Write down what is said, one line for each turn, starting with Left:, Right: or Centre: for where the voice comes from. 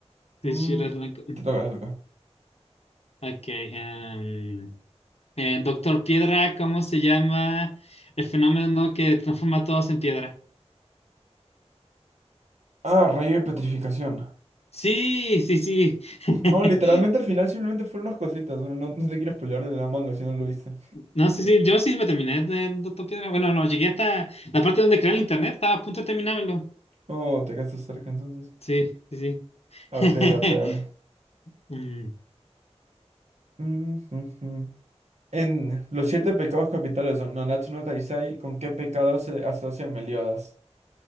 Left: sí,
Right: Mm,
Left: Chiro es blanco.
Right: te toca, te toca.
Left: Ok, em, eh, Doctor Piedra, ¿cómo se llama el fenómeno que transforma a todos en piedra?
Right: Ah, rayo de petrificación.
Left: Sí, sí, sí. <laughs>
Right: Oh, literalmente al final simplemente fueron unas cositas. Bueno, no, no te quiero spoilear de la manga si no lo viste.
Left: No, sí, sí, yo sí me terminé de Doctor Piedra. Bueno, no, llegué hasta la parte donde crea el internet, estaba a punto de terminármelo.
Right: Oh, te quedaste cerca entonces.
Left: Sí, sí, sí. <laughs>
Right: A ver, a ver.
Left: Mm.
Right: Mm, mm, mm. En los siete pecados capitales de Nanatsu no Taizai, ¿con qué pecado se asocia Meliodas?